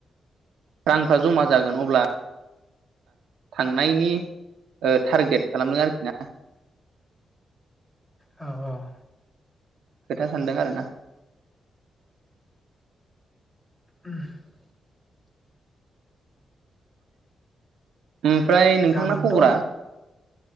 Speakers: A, on the right (about 85°); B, in the centre.
A: रांफ्रा जमा जागोन अब्ला थांनायनि ओ टारगेट खालामदों आरोखि ना।
B: औ औ
A: खोथा सानदों आरोना।
B: <unintelligible>
A: ओमफ्राय नोंथांना
B: गाबोनथ'
A: खबरा?